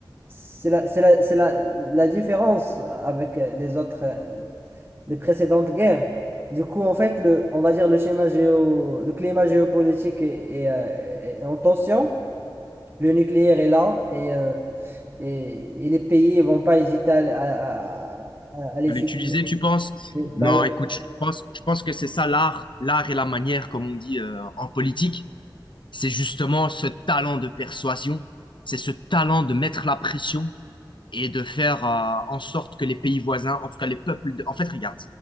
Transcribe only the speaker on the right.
c'est la, c'est la, c'est la, la différence avec euh, les autres, euh, les précédentes guerres. Du coup, en fait, le, on va dire le schéma géo, le climat géopolitique est, est, euh, est en tension. Le nucléaire est là et, euh, et, et les pays ne vont pas hésiter à, à, à, à- à l'utiliser.
Bah
oui.